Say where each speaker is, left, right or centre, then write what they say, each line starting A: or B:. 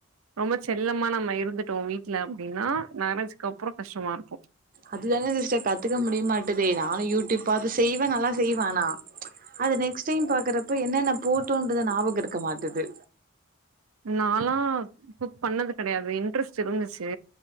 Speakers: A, on the right; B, on the right.
A: ரொம்ப செல்லமா நம்ம இருந்துட்டோ வீட்டுல அப்டின்னா மெரேஜ்க்கு அப்றோ கஷ்டமா இருக்கு
B: அதுதானே சிஸ்டர் கத்துக்க முடிய மாட்டேதே நானு யூடியூப் அது செய்வே நல்லா செய்வே ஆனா அது நெக்ஸ்ட் டைம் பாக்குறப்ப என்னென்ன போட்டோன்ற ஞாபக இருக்க மாட்டுது
A: நாலா குக் பண்ணது கெடையாது இன்ட்ரெஸ்ட் இருந்துச்சு